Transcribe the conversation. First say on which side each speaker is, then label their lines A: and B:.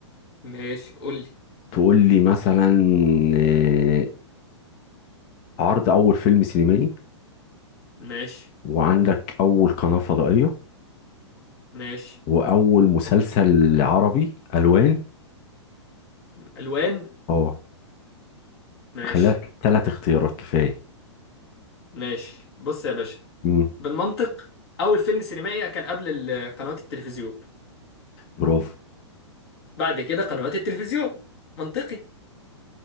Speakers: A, on the left; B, on the left.
A: ماشي قول لي
B: تقول لي مثلا آه، عرض أول فيلم سينمائي
A: ماشي
B: وعندك أول قناة فضائية
A: ماشي
B: وأول مسلسل عربي ألوان
A: الوان
B: اه
A: ماشي
B: خليها ثلاث اختيارات كفاية
A: ماشي بص يا باشا
B: مم.
A: بالمنطق اول فيلم سينمائي كان قبل ال- قنوات التلفزيون
B: برافو
A: بعد كده قنوات التلفزيون منطقي